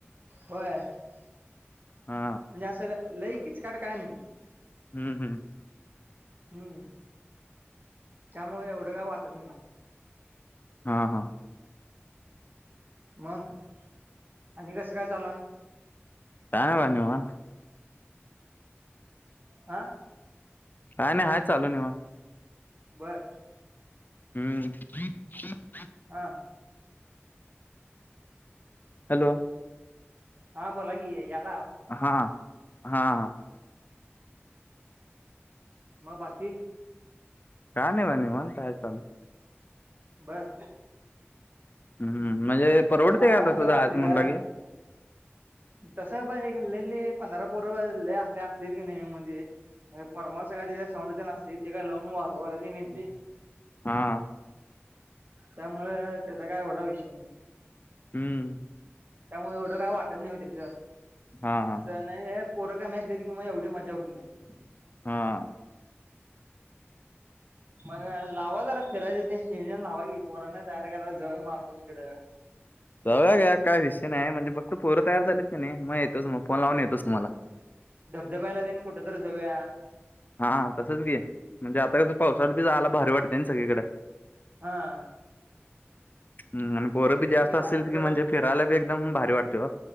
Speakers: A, on the right; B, on the left.
A: होय. म्हणजे
B: हा
A: असं लईकीच काट काय नाही.
B: हम्म, हम्म.
A: हम्म. त्यामुळे एवढं काय वाटत नाही.
B: हा हा.
A: मग आणि कसं काय चाला
B: कायं म्हंणे मंग
A: हां
B: कायं नाहीं कायं चालूं निवांत.
A: बरं
B: हम्मं
A: हां
B: हॅलो
A: हां बोलां की यां
B: हां हां
A: मंग बाकी
B: कायं नाहीं बघां निवांत निवांत हांय निवांत येतातं
A: बरं
B: हम्मं म्हणजे परवडते
A: लावा
B: कां तसं
A: जरा
B: जायचं
A: फिराय
B: म्हणलं की.
A: तसं बां एकां लेले पंधरा पोरं लंय असे असलेत कने म्हणजे फॉर्मन्स कायं तित साऊंड हे ते न असतंय ते कायं लावूंन वाजवायंला बी येतंय.
B: हां
A: त्यांमुळे त्यांचा कायं एवढां विषय नाहीं
B: हम्म
A: त्यांमुळे कायं वाटतं नाहीं व तित
B: हा हा
A: असं नाहीय पोरं कामी असली की मं एवढी मज्जा होतं नाहीं.
B: हां
A: मंग लावां जरां फिरायचं तीनं नियोजन लावां की पोरांण तयार करायचं जवळं मंग आपणं इकडे
B: जाऊंया घ्यां कायं विषय नाहीं म्हंजे फतं पोरं तयांर झालीत कां नाहीं मंग येतोच मंग फोन लावूंन येतोच तुम्हांला.
A: धबधब्याच्या लागतं ते न कुठं तरं जाऊंया.
B: हां तसंच घे म्हणजे आंता कसं पावसांत बी जायंला भारी वाटते नां सगळींकडे.
A: हां
B: हम्मं आणि पोरं बी
A: तेच
B: जास्तं असेल
A: असं
B: की म्हणजे फिरायंला बी एकदंम भारी वाटतें बां